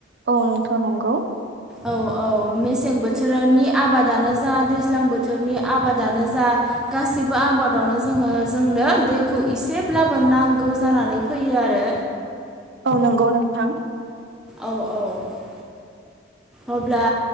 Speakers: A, on the right; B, in the centre.
A: औ नोंथां नंगौ
B: औ औ मेसें बोथोरानि आबादानो जा दैज्लां बोथोरनि आबादानो जा गासिबो आबादावनो जोङो जोंनो दैखौ एसे ब्लाबो नांगौ जानानै फैयो आरो
A: औ नोंगौ नोंथां
B: औ औ अब्ला